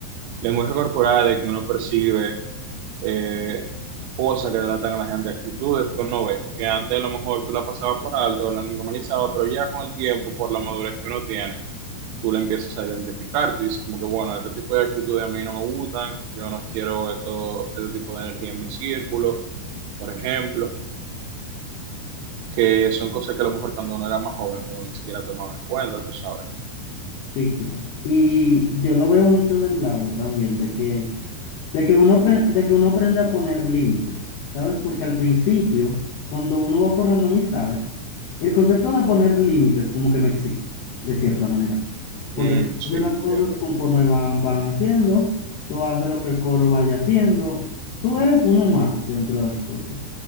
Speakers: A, on the right; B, on the left.
A: lenguaje corporal que uno percibe eh, cosas que tratan a la gente, actitudes que uno ve, que antes a lo mejor tú la pasabas por alto, o la normalizabas, pero ya con el tiempo, por la madurez que uno tiene, tú le empiezas a identificar, tú dices como que, bueno, este tipo de actitudes a mí no me gustan, yo no quiero esto, este tipo de energía en mi círculo, por ejemplo, que son cosas que a lo mejor cuando uno era más joven uno ni siquiera tomaba en cuenta, tú sabes.
B: Sí, claro. Y yo lo veo mucho del lado también de que, de que uno, apre- de que uno aprende a poner límites, ¿sabes? Porque al principio, cuando uno va forjando amistades, el concepto de poner límites como que no existe, de cierta manera.
A: Mm,
B: Porque tú
A: sí,
B: haces las
A: te entiendo.
B: cosas conforme van, van haciendo, tú haces lo que el coro vaya haciendo, tú eres uno más dentro del cosa.